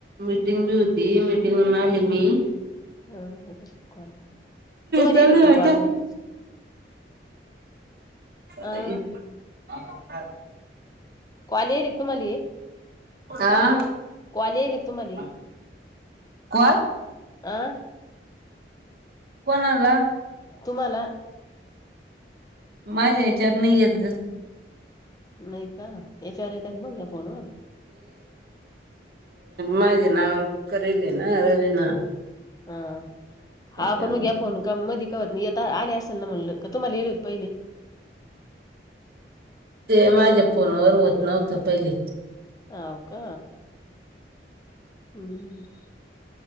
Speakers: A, on the right (about 55°); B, on the left (about 20°).
A: मिीटिंग बी होती मिीटिंग मून आली मी
B: हा हे कण तुम्हा
A: चालू
B: हे नक
A: आहे
B: कॉण
A: आता
B: मग
A: <inaudible>
B: अ कवाल येल एक तुम्हाला ये
A: अ
B: कॉल येईल तुम्हाला
A: कोण
B: आं
A: कोणाला
B: तुम्हाला
A: माझ्या याच्यावर नाही येत ग
B: नाही का याच्यावर येत मग या फोनवर
A: माझे नाव करेल आहे ना रवीना
B: ह
A: त्याच्यामुळे
B: हा आपण मग घ्या फोन का म वत मी आता आले असेल ना म्हणल तुम्हाला येल होत पहिले
A: ते माझ्या फोनवर होत नव्हतं पहिली
B: हो का हम्म